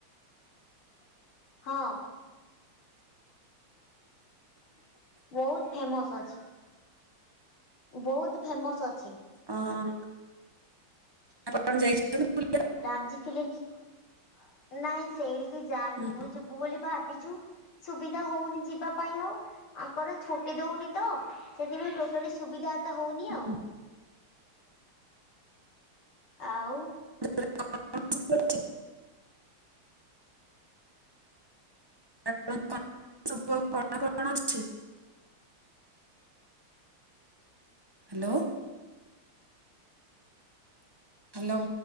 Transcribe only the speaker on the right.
ଅଁ ହଁ ଆପଣ ଯାଇଛନ୍ତି ବୁଲି?
ହୁଁ
ହୁଁ
<inaudible> <inaudible> କଣ କଣ ଅଛି? ହାଲୋ। ହାଲୋ।